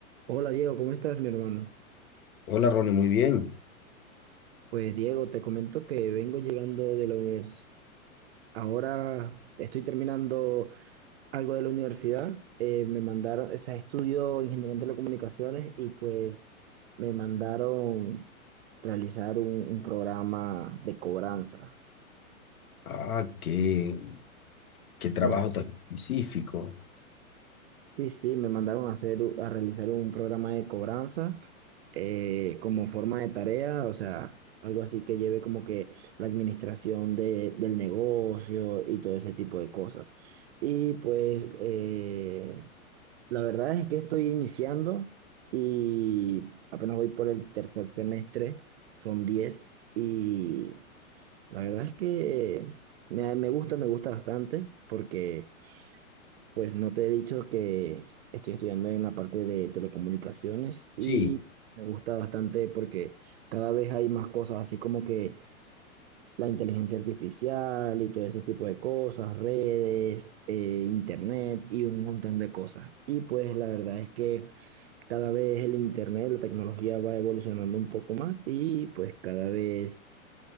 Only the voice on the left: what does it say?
Hola Ronnie, muy bien.
Ah, qué, qué trabajo
tan específico.
Sí,